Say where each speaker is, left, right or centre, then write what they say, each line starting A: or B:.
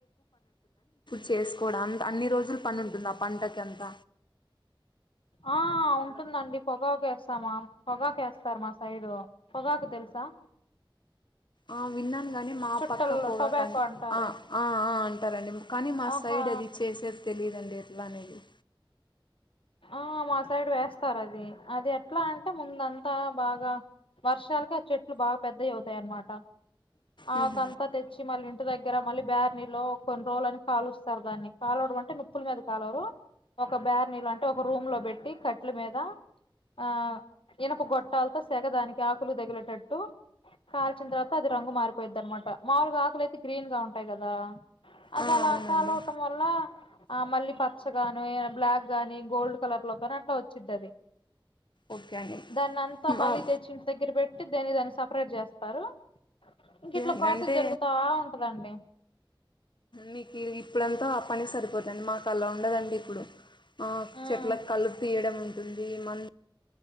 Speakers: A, on the left; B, on the left.
A: చేసుకోవడన్ త్ అన్ని రోజులు పని ఉంటుంద ఆ పంటకి అంత
B: ఆ ఉంటుందండి పొగావేస్తాము పొగాకు వేస్తారు మా సైడు పొగాకు తెలుసా
A: ఆ విన్నాను గాని మా
B: చుట్టల్లో
A: పక్క పొగాక్
B: టొబాకో
A: కానీ
B: అంటారు
A: ఆ ఆ ఆ అంటారండి కానీ మా
B: ఆహా
A: సైడ్ అది చేసేది తెలియదుఅండి ఎట్లా అనేద్ అ
B: ఆ మా సైడ్ వేస్తారు అది అది ఎట్లా అంటే ముందంతా బాగా వర్షాలకి ఆ చెట్లు బాగా పెద్దయ్ అవుతాయి అనమాట
A: మ్మ్.
B: ఆకంతా తెచ్చి మళ్ళీ ఇంటి దగ్గర మళ్ళీ బేార్ నీళ్ళు కొన్ని రోజులని కాలుస్తారు దాన్ని కాలవడం అంటే నిప్పుల మీద కాలరు ఒక బ్యార్ నీళ్ళు అంటే ఒక రూమ్ లో పెట్టి కట్ల మీద ఆ ఇనప గొట్టాలతో సెగదానికి ఆకులు దిగిరటట్టు కాల్చిన తర్వాత అది రంగు మారిపోయిది అనమాట మాములుగా ఆకులు అయితే గ్రీన్ గా ఉంటాయి కదా అది
A: ఆ
B: అలా
A: అవునండి
B: కాలువటం వల్ల ఆ మళ్ళీ పచ్చగాని బ్లాక్ గానీ గోల్డ్ కలర్ లోతోని అట్లా వచ్చిది అది
A: ఓకే అండి
B: దానంత
A: మా-
B: మళ తెెచ్చి ఇంటిదగ్గర పే అంటే దేనికి దానిని సపరేట్ చేస్తారు ఇంక ఇట్లా
A: ఏంటంటే
B: ప్రాసెస్ జరుగుతా ఉంటదండి
A: మీకు ఇప్పుడంతా ఆ పని సరిపోతు ది మకాల ఉండదండి ఇప్పుడు ఆ
B: ఉమ్
A: చెట్ల కళ్ళు తీయడం ఉంటుంది మ